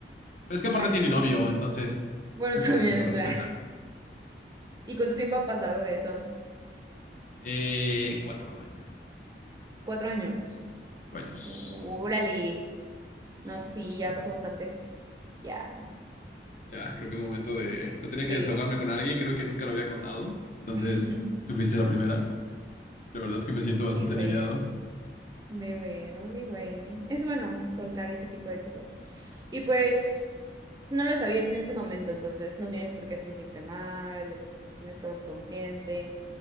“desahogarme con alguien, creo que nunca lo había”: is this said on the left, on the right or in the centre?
Left